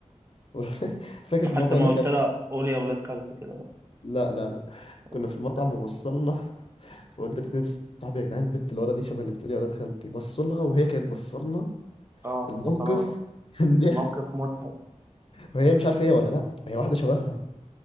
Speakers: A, on the left; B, on the right.
A: <laughs> فاكر
B: لحد
A: في المطعم
B: ما
A: هناك
B: قلت لها قول يا ولاد خالتي كده
A: لا لا لا كنا
B: بس.
A: في المطعم
B: لا.
A: ووصلنا <laughs> فقلت لاتنين صاحبي يا جدعان البت اللي ورا دي شبه اللي بتقولي يا ولاد خالتي بصوا لها وهي كانت بصلنا
B: اه
A: الموقف
B: فخلاص
A: <laughs> كان ضحك
B: موقف مضحك
A: وهي مش عارفه هي ولا لا هي واحده شبهها